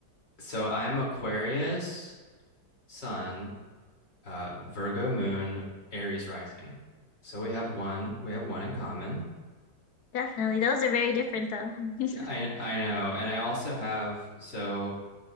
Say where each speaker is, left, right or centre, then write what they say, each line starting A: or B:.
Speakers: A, on the left; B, on the left.
A: So I'm Aquarius, sun, uh, Virgo moon, Aries rising. So we have one, we have one in common.
B: Definitely. Those are very different though. <laughs>
A: Yeah, I I know. And I also have so